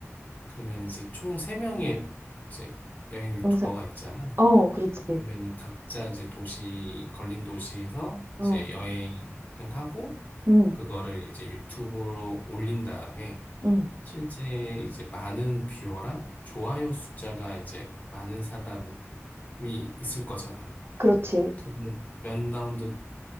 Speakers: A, on the left; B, on the right.
A: 그러면 이제 총 3명의 이제 여행 유튜버가
B: 영상,
A: 있잖아.
B: 어, 그렇지.
A: 그러면은 각자 이제 도시 걸린 도시에서
B: 어,
A: 이제 여행을 하고
B: 음,
A: 그거를 이제 유튜브로 올린 다음에
B: 음,
A: 실제 이제 많은 뷰어랑 좋아요 숫자가 이제 많은 사람이 있을 거잖아.
B: 그렇지.
A: 그걸 몇 라운드를